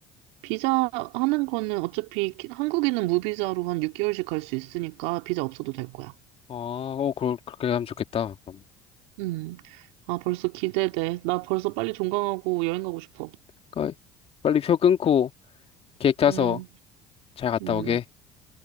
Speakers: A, on the right (about 75°); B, on the left (about 40°).
A: 비자 하는 거는 어차피 키- 한국인은 무비자로 한 6개월씩 갈 수 있으니까 비자 없어도 될 거야.
B: 아, 어, 그럴, 그렇게 하면 좋겠다. 그럼.
A: 음. 아, 벌써 기대돼. 나 벌써 빨리 종강하고 여행 가고 싶어.
B: 그러니까 빨리 표 끊고 계획 짜서
A: 음,
B: 잘 갔다
A: 음,
B: 오게.